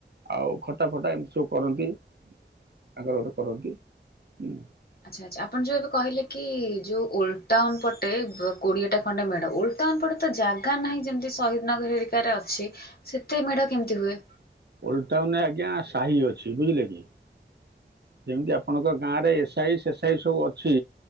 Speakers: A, on the right; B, on the left.
A: ଆଉ ଖଟା ଫଟା ଏମତି ସବୁ କରନ୍ତି ତାଙ୍କର ଗୋଟେ କରନ୍ତି ଉଁ।
B: ଆଚ୍ଛା ଆଚ୍ଛା ଆପଣ ଯୋଉ ଏବେ କହିଲେ କି ଯୋଉ ଓଲ ଟାଉନ୍ ପଟେ ବ କୋଡିଏଟା ଖଣ୍ଡେ ମେଢ ଓଲ ଟାଉନ୍ ପଟେ ତ ଜାଗା ନାହିଁ। ଯେମତି ଶହୀଦନଗର ହେରିକାରେ ଅଛି ସେତେ ମେଢ କେମିତି ହୁଏ?
A: ଓଲ ଟାଉନରେ ଆଜ୍ଞା ସାହି ଅଛି। ବୁଝିଲେ କି? ଯେମତି ଆପଣଙ୍କ ଗାଁରେ ଏ ସାହି ସେ ସାହି ସବୁ ଅଛି